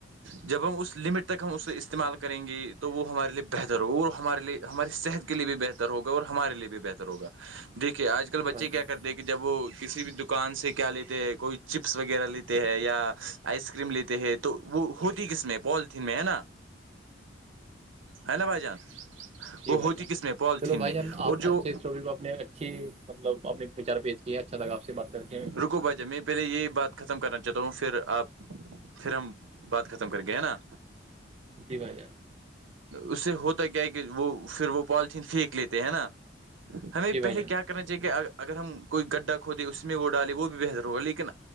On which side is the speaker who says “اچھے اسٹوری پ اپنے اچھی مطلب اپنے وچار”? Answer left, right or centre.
Right